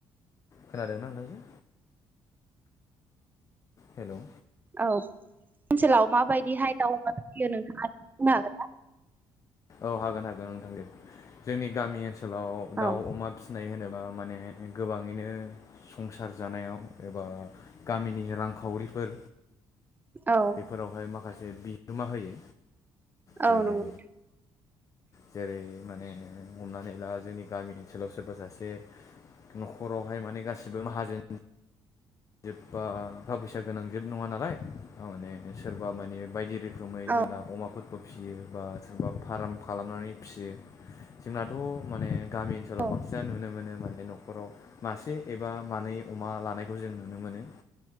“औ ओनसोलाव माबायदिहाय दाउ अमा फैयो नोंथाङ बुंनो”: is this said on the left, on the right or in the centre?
Right